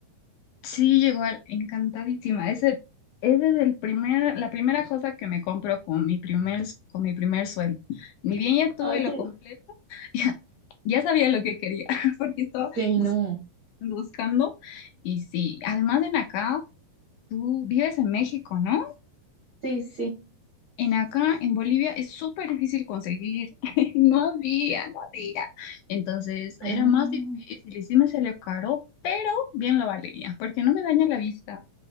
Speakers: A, on the left; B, on the right.
A: sí, igual encantadísima. Ese, ese es el primer, la primera cosa que me compro con mi primer, con mi primer sueldo. Ni bien ya tuve
B: Ay,
A: lo
B: que...
A: completo, <laughs> ya, ya sabía lo que quería, <laughs> porque estaba
B: Sí,
A: buscando,
B: no.
A: buscando. Y sí, además en acá, tú vives en México, ¿no?
B: Sí, sí.
A: En acá, en Bolivia, es súper difícil conseguir. <laughs> No había, no había. Entonces,
B: Ah,
A: era más difícil y sí me salió caro, pero bien lo valía, porque no me daña la vista.